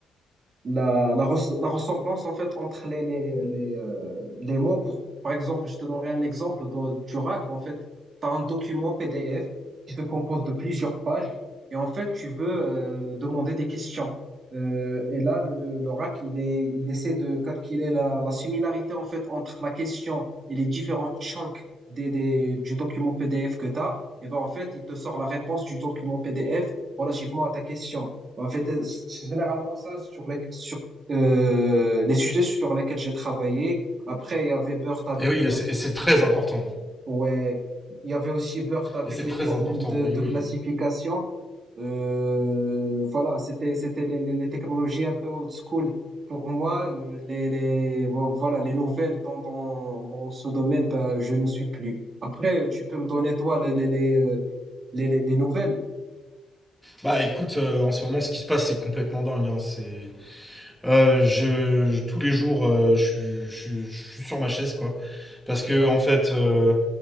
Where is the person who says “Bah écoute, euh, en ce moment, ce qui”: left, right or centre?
Centre